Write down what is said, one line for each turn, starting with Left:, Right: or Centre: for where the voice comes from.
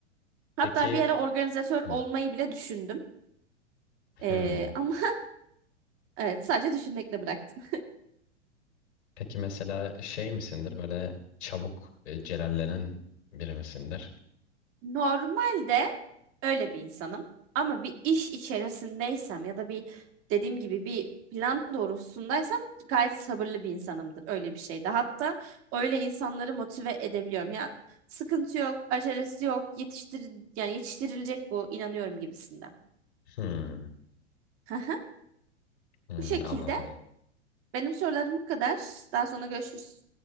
Right: Hatta
Left: peki.
Right: bir ara organizatör
Left: Hı.
Right: olmayı bile düşündüm.
Left: Hmm.
Right: E, ama <laughs> evet, sadece düşünmekle bıraktım.
Left: Peki mesela şey misindir böyle çabuk e, celallenen biri misindir?
Right: Normalde Öyle bir insanım. Ama bir iş içerisindeysem ya da bir dediğim gibi bir plan doğrultusundaysam gayet sabırlı bir insanımdır. Öyle bir şeyde. Hatta öyle insanları motive edebiliyorum. Ya sıkıntı yok, acelesi yok, yetiştir yani yetiştirilecek bu inanıyorum gibisinden.
Left: Hmm,
Right: <laughs>
Left: hmm,
Right: Bu şekilde
Left: anladım.
Right: benim sorularım bu kadar. Daha sonra görüşürüz.